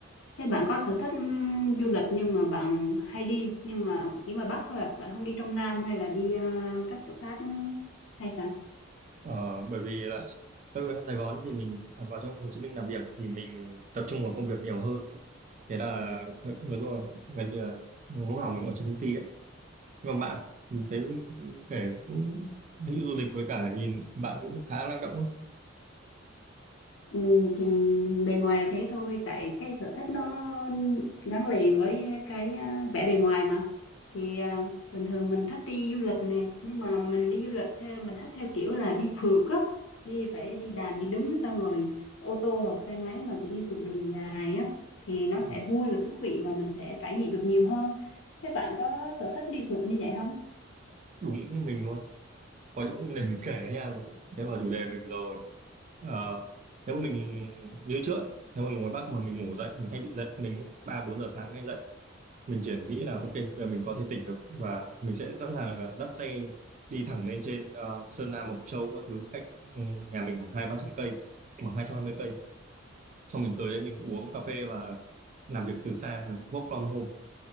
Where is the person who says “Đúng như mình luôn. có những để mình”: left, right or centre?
Right